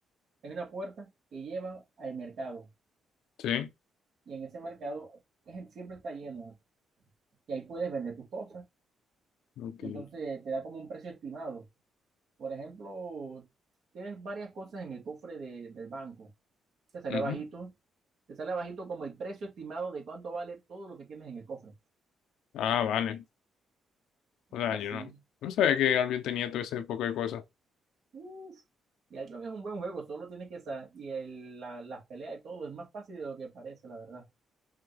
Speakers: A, on the right (about 60°); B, on the left (about 85°).
A: hay una puerta que lleva al mercado.
B: Sí,
A: Y en ese mercado <laughs> siempre está lleno. Y ahí puedes vender tus cosas.
B: ok.
A: Entonces te da como un precio estimado. Por ejemplo, tienes varias cosas en el cofre de- del banco. Te sale
B: ujú.
A: bajito. Te sale bajito como el precio estimado de cuánto vale todo lo que tienes en el cofre.
B: Ah, vale. O sea,
A: Y así
B: yo no, no sabía que alguien tenía todo ese poco de cosas.
A: Uf, y Albion es un buen juego, solo tienes que saber. Y el- la- las peleas de todo es más fácil de lo que parece, la verdad.